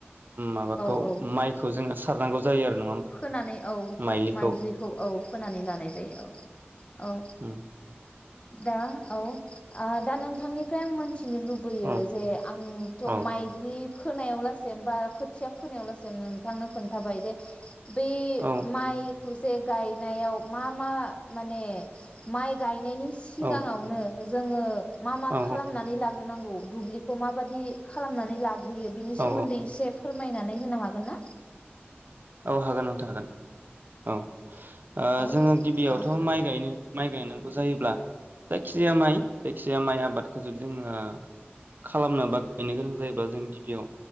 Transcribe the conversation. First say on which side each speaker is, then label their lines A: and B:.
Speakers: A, on the right; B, on the left.
A: माबाखौ
B: औ औ
A: माइखौ जोङो सारनांगौ जायो आरो नङा होमबा
B: फोनानै औ
A: माइलिखौ
B: माइज्लिखौ औ फोनानै लानाय जायो औ औ
A: उम
B: दा औ दा आ नोंथांनिफ्राय आं मोन थिनो लुबैयो
A: औ
B: जे आंथ'
A: औ
B: माइज्लि फोनायावलासिम बा खोथिया फोनायावलासिम नोंथांनो खोन्थाबाय दे बे
A: औ
B: माइ खौ जे गायनायाव मा मा माने माइ गायनायनि सिगाङावनो
A: औ
B: जोङो मा मा
A: औ
B: खालामनानै ला ग्रोनांगौ दुब्लिखौ माबादि खालामनानै लाग बेयो बिनि
A: औ
B: सोमोन्दै एसे फोर मायनानै होनो हागोन ना
A: औ हागोन नोंथां हागोन औ ओ
B: औ
A: जोङो गिबियावथ'
B: औ
A: माइ गायनो माइ गायनांगौ जायोब्ला जायखिजाया माइ जायखिजाया माइ आबादखौ जुदि जोङो खालामनो बा गायनो गोनां जायोबा जों गिबियाव